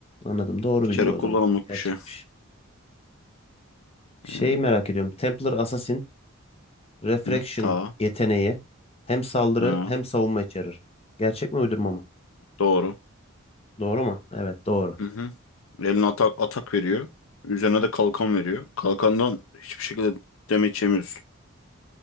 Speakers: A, on the left; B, on the left.
A: Anladım. Doğru
B: Bir
A: bilgi
B: kere
A: o
B: kullanımlık
A: zaman. Gerçekmiş.
B: bir şey.
A: Şeyi
B: Yani,
A: merak ediyorum. Templar Assassin Refraction
B: hı, ta.
A: yeteneği hem saldırı
B: Ha,
A: hem savunma içerir. Gerçek mi uydurma mı?
B: doğru.
A: Doğru mu? Evet doğru.
B: Hı hı. Eline atak, atak veriyor. Üzerine de kalkan veriyor. Kalkandan hiçbir şekilde damage yemiyorsun.